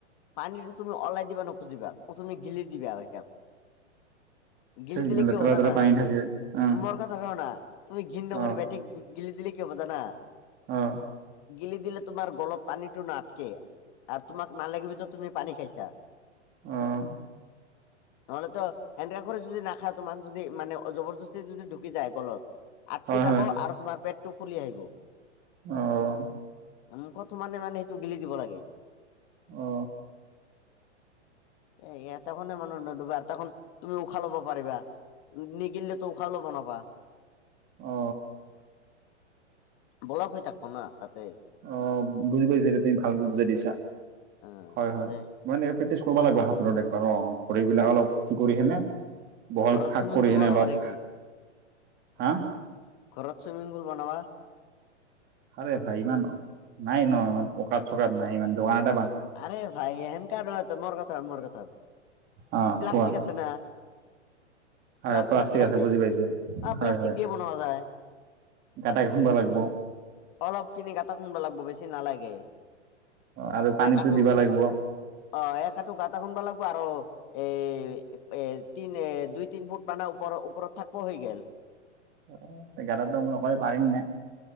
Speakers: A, on the left (about 40°); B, on the right (about 30°).
A: পানীটো তুমি ওলাই দিবা নুখুজিবা, তুমি গিলি দিবা সটাক। গিলি
B: ঠিক
A: দিলে
B: লেতেৰা
A: কি হ'ব
B: লেতেৰা
A: জানা,
B: পানী থাকে অ
A: মোৰ কথা কনা -। তুমি ঘিন নকৰিবা,
B: অ
A: বেটিক গিলি দিলে কি হ'ব জানা -।
B: অ
A: গিলি দিলে তোমাৰ গলত পানীটো ন নাথকে আৰু তোমাক নালাগিবিত তুমি পানী খাইছা।
B: অহ।
A: নহ'লে তো হেণ্ ক্ৰাক যদি নাখা তোমাক যদি মানে জবৰদস্তি যদি ঢুকি যায় কলত -। আটকি
B: হয়
A: যাব আৰু তোমাৰ পেটটো ফুলি আহিব।
B: অহ।
A: মুখত মানে মানে সেইটো গিলি দিব লাগে।
B: অ
A: এ এতেখনে মানুহ নদবা আৰু তোন তুমি উখাহ ল'ব পাৰিবা। নিগিলিলে ত ওশাও লব নাপা।
B: অ
A: বলা হৈ থাকিব না তাতে।
B: অ বুজি পাইছো এতিয়া তুমি ভালকৈ বুজাই দিছা
A: অ
B: হয় হয়।
A: তে
B: মই প্ৰেক্টিচ কৰিব লাগব হাতত একবাৰ অ। খৰিবিলাক অলপ কি কৰি সেনে বহল
A: ঘৰত
B: শাক
A: চুইমিং
B: কৰি
A: পুল
B: সেনে
A: বনাবা
B: অলপ-
A: নেকি
B: হা?
A: ঘৰত চুইমিং পুল বনাবা,
B: আৰে ভাই ইমান নাই ন, আৰ পক চক নাই ইমান দোকান -
A: আৰে ভাই এন কাৰ মোৰ কথা মোৰ কথা হয়।
B: অ
A: প্লাষ্টিক
B: কোৱা
A: আছে না।
B: হয়
A: প্লাাষ্টিক প্লাষ্টিক।
B: আছে বুজি পাইছো
A: আহ
B: হয়
A: প্লাষ্টিক
B: হয়
A: দিয়ে বনোৱা যায়।
B: গাটা খুন্দ লাগিব
A: অলপ কিনি গাটা শুনব লাগিব বেছি নালাগে।
B: আৰু পানীতো
A: এক আঠো
B: দিবা লাগিব
A: অ এক আঠো গাটা শুনব লাগিব আৰু এ এ তিনি এ দুই তিন ফুট মানে ওপৰ ওপৰত থাকিব হৈ গল।
B: অ গটো মই অকলে পাৰিম নে